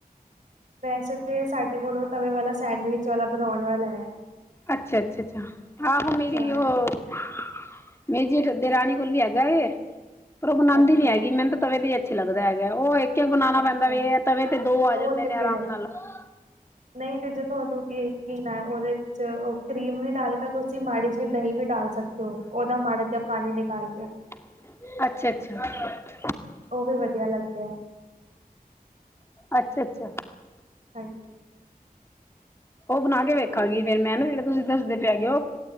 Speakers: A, on the right; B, on the left.
A: ਵੈਸੇ ਤੇ ਸਾਡੇ ਕੋਲੋਂ ਤਵੇ ਵਾਲਾ ਸੈਂਡਵਿਚ ਵਾਲਾ ਬਣਾਉਣ ਵਾਲਾ ਹੈ।
B: ਅੱਛਾ-ਅੱਛਾ-ਅੱਛਾ, ਹਾਂ ਮੇਰੀ
A: ਹਾਂ
B: ਉਹ ਮੇਰੀ ਜੇ ਦੇਰਾਣੀ ਕੋਲ ਵੀ ਹੈਗਾ ਏ, ਪਰ ਉਹ ਬਣਾਦੀ
A: ਅੱਛਾ
B: ਨੀ ਹੈਗੀ। ਮੈਨੂੰ ਤਾਂ ਤਵੇ ਤੇ ਅੱਛੀ ਲੱਗਦਾ ਹੈਗਾ। ਉਹ ਇੱਕ-ਇੱਕ ਬੁਣਾਉਣਾ
A: ਅੱਛਾ
B: ਪੈਂਦਾ, ਵੀ ਤਵੇ ਤੇ ਦੋ ਆ
A: ਉਹ
B: ਜਾਂਦੇ
A: ਤੇ
B: ਨੇ
A: ਫਿਰ
B: ਆਰਾਮ
A: ਹੈ
B: ਨਾਲ। <inaudible>
A: ਨਹੀਂ ਤੇ ਜੇ ਤੁਹਾਨੂੰ ਕੀ-ਕੀ ਨਾ ਉਹਦੇ ਵਿੱਚ ਉਹ ਕਰੀਮ ਨਹੀਂ ਡਾਲਨੀ ਤੇ ਤੁਸੀਂ ਮਾੜੀ ਜਿਹੀ ਦਹੀਂ ਵੀ ਡਾਲ ਸਕਦੇ ਹੋ, ਉਹਦਾ ਮਾੜਾ ਜਿਹਾ ਪਾਣੀ ਨਿਕਾਲ ਕੇ।
B: ਅੱਛਾ-ਅੱਛਾ
A: ਉਹ ਵੀ ਵਧੀਆ ਲੱਗਦੈ।
B: ਅੱਛਾ-ਅੱਛਾ
A: ਹਾਂਜੀ
B: ਉਹ ਬਣਾ ਕੇ ਵੇਖਾਂਗੀ ਫਿਰ ਮੈਂ ਨਾ, ਜਿਹੜਾ ਤੁਸੀਂ ਦੱਸਦੇ ਪੈ ਗਏ ਉਹ।